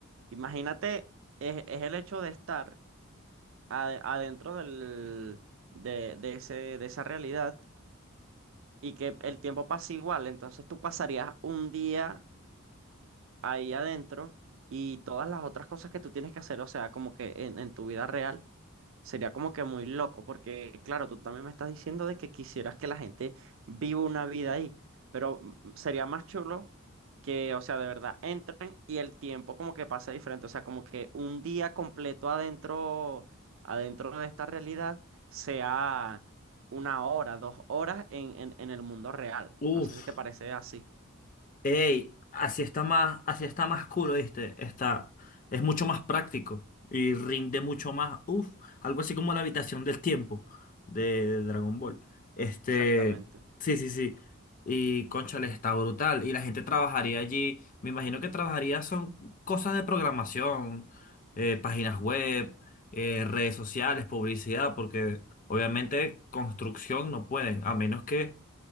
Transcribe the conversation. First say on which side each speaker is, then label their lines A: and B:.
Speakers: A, on the right; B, on the left.
A: imagínate, es, es el hecho de estar ade- adentro del, de, de ese, de esa realidad y que el tiempo pasa igual, entonces tú pasarías un día ahí adentro y todas las otras cosas que tú tienes que hacer, o sea, como que en en tu vida real Sería como que muy loco, porque claro, tú también me estás diciendo de que quisieras que la gente viva una vida ahí, pero mm, mm, sería más chulo que, o sea, de verdad entren y el tiempo como que pasa diferente, o sea, como que un día completo adentro, adentro de esta realidad sea una hora, dos horas en, en, en el mundo real.
B: Uf.
A: No sé si te parece así,
B: Ey, así está más, así está más cool, ¿viste? Está, es mucho más práctico y rinde mucho más. Uf, algo así como la habitación del tiempo de, de Dragon Ball. Este,
A: exactamente.
B: sí, sí, sí. Y cónchale, está brutal. Y la gente trabajaría allí. Me imagino que trabajaría son cosas de programación, eh, páginas web, eh, redes sociales, publicidad, porque obviamente construcción no pueden, a menos que